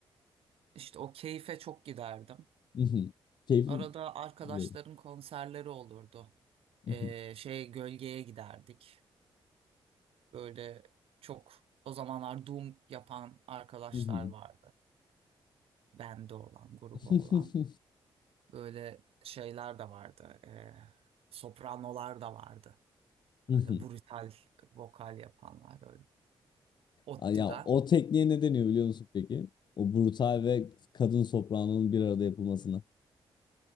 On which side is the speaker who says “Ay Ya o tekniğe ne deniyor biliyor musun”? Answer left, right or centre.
Left